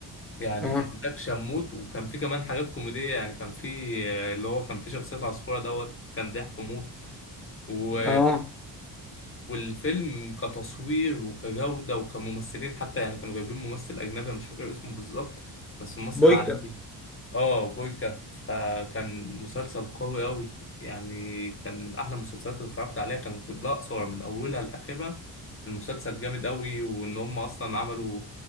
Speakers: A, on the left; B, in the centre.
A: يعني
B: اه
A: كان اكشن موت وكان في كمان حاجات كوميدية يعني كان في آه، اللي هو كان في شخصية عصفورة دوت كان ضحك موت و...
B: اه
A: والفيلم كتصوير وكجودة وكممثلين حتى يعني كانوا جايبين ممثل أجنبي أنا مش فاكر اسمه بالظبط بس ممثل
B: بويكا
A: عالمي اه بويكا فكان مسلسل قوي أوي يعني كان من أحلى المسلسلات اللي اتفرجت عليها كان كلها قصير من أولها لآخرها المسلسل جامد أوي وإن هم أصلا عملوا